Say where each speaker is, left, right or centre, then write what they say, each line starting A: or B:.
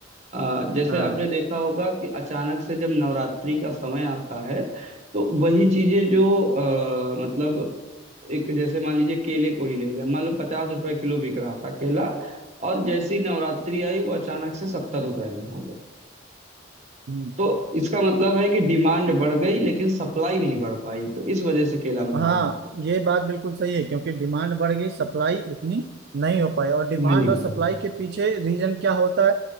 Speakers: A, on the right (about 35°); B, on the right (about 55°).
A: अ, जैसे
B: हाँ
A: आपने देखा होगा कि अचानक से जब नवरात्रि का समय आता है तो वही चीजें जो आ, मतलब एक जैसे मान लीजिए केले को ही ले लें मान लो पचास रुपए किलो बिक रहा था केला और जैसी नवरात्रि आई वो अचानक से सत्तर रुपए में हो गया
B: हम्म।
A: तो इसका मतलब है कि डिमांड बढ़ गई लेकिन सप्लाई नहीं बढ़ पाई तो इस वजह से केला महंगा
B: हाँ
A: हो गया
B: ये बात बिल्कुल सही है क्योंकि डिमांड बढ़ गई सप्लाई उतनी नहीं हो पाई और डिमांड
A: नहीं हो
B: और सप्लाई
A: पाई
B: के पीछे रीजन क्या होता है